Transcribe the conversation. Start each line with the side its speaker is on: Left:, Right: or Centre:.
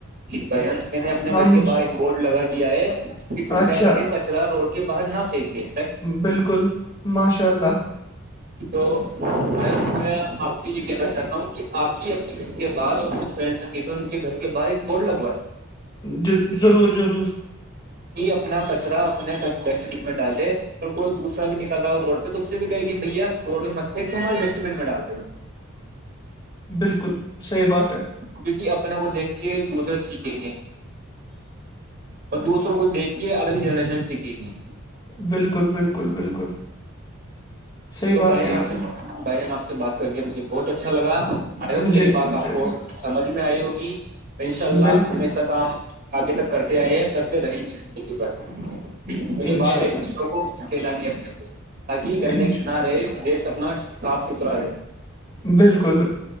Right: بھ جن میں نے اپنے
Left: ہم
Right: گھر کے پاس بورڈ لگا دیا ہے کہ کرپیا
Left: اچھا
Right: کر کے کچرا روڈ کے باہر نہ پھینک <inaudible>
Left: بالکل ماشاء اللہ
Right: تو میں آپ سے یہ کہنا چاہتا ہوں کہ آپ بھی اپنے گھر کے بعد اور اپنے فرینڈس اپ تو ان کے گھر کے باہر ایک بورڈ لگوا ہے
Left: ج ضرور ضرور
Right: ہی اپنا کچرا اپنے ڈسٹ بین میں ڈالے ا کوئی دوسرا بھی نکل رہا ہو روڈ پہ تو اس سے بھی کہے کہ بھیا روڈ میں مت تو ہمارے ڈسٹ بین میں ڈال د
Left: <inaudible> بالکل صحیح بات ہے
Right: کیونکہ اپنے کو دیکھ کے دوسرے سیکھیں گے اور دوسروں کو دیکھ کے اگلی جنریشن سیکھے گی
Left: بالکل بالکل بالکل صحیح
Right: تو
Left: بات
Right: بھائی
Left: کی
Right: جن آپ سے
Left: نے
Right: بھ جان آپ سے بات کر کے مجھے بہت اچھا لگا آئی ہوپ
Left: مجھے
Right: میری بات
Left: بھی مجھے
Right: آپ کو
Left: بھی
Right: سمجھ میں آئی ہوگی ان شاء اللہ
Left: بالکل
Right: ہمیشہ کام آگے تک کرتے آئے ہیں کرتے رہیں گے زندگی ب اور یہ
Left: انشاءاللہ
Right: بات ایک دوسروں کو ھیلانی اپنے کو تاکہ گندگی
Left: انشاءاللہ
Right: نہ رہے دیش اپنا صاف ستھرا رہے
Left: بالکل